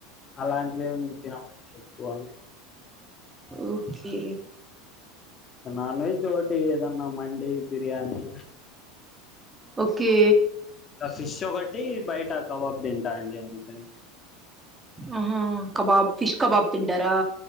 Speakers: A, on the left (about 35°); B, on the right (about 20°).
A: అలాంటివి ఏం తినమండి ఎక్కువ
B: ఓకె
A: నాన్ వెజ్ ఓటి ఏదన్నా మండి బిర్యానీ.
B: ఓకే
A: గా ఫిష్ ఒకటి బయట కవాబ్ తింటా అండి అంతే.
B: ఆహా కబాబ్. ఫిష్ కబాబ్ తింటరా.